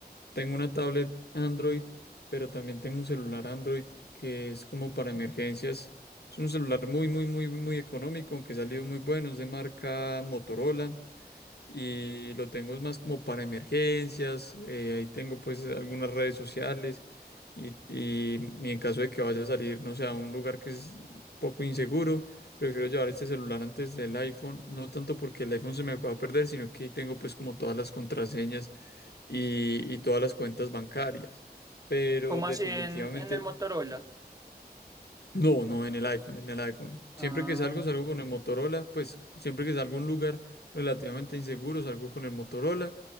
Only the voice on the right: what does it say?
como
así en, en el Motorola?
Ah,